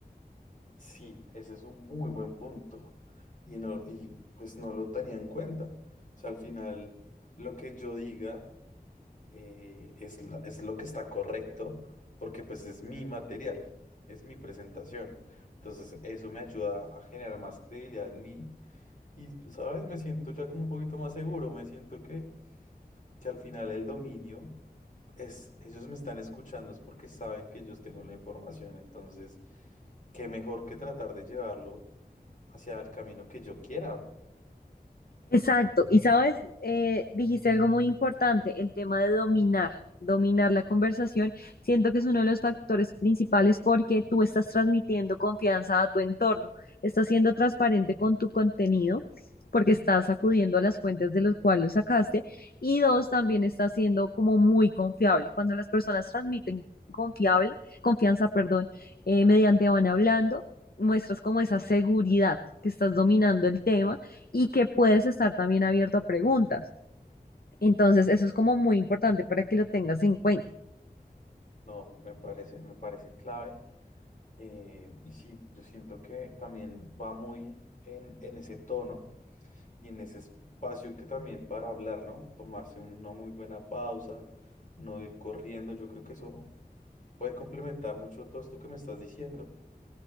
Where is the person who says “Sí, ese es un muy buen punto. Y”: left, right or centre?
Left